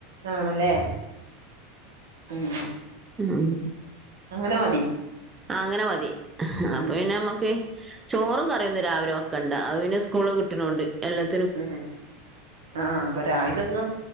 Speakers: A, on the right (about 85°); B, on the right (about 15°).
A: ആണല്ലേ മ്
B: മ്
A: അങ്ങനെ മതി.
B: അങ്ങനെ മതി, അപ്പൊ
A: ഉം
B: പിന്നെ നമ്മ- ക്കെ ചോറും കറിയൊന്നും രാവിലെ വെക്കണ്ട, അത് പിന്നെ സ്കൂള് കിട്ടണോണ്ട് എല്ലാ-
A: ഉം ആഹ് അപ്പൊ രാവിലൊന്ന്